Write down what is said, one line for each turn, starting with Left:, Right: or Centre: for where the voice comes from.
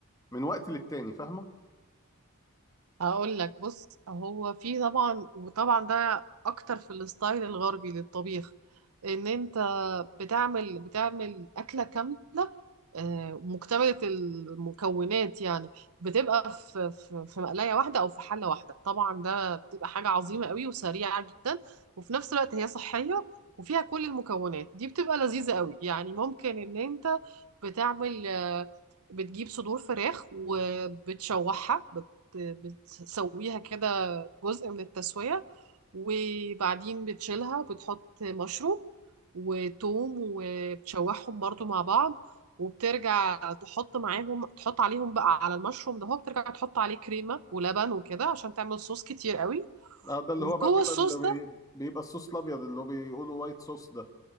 Left: من وقت للتاني فاهمة
Right: هقول لك بص هو في طبعا وطبعا ده اكتر في الستايل الغربي للطبيخ ان انت بتعمل بتعمل اكله كامله آه، مكتمله المكونات يعني بتبقى في في في مقلايه واحده او في حله واحده طبعا ده بتبقى حاجه عظيمه قوي وسريعه جدا وفي نفس الوقت هي صحيه وفيها كل المكونات دي بتبقى لذيذه قوي يعني ممكن ان انت بتعمل آه، بتجيب صدور فراخ وبتشوحها بتسويها كده جزء من التسوية وبعدين بتشيلها بتحط مشروم وتوم وبتشوحهم برضو مع بعض وبترجع تحط معاهم تحط عليهم بقى على المشروم ده هو بترجع تحط عليه كريمة ولبن وكده عشان تعمل صوص كتير قوي
Left: اه ده اللي
Right: وجوه
Left: هو بقى بيبقى
Right: الصوص
Left: اللي بي-
Right: ده
Left: بيبقى الصوص الابيض اللي هو بيقولوا وايت صوص ده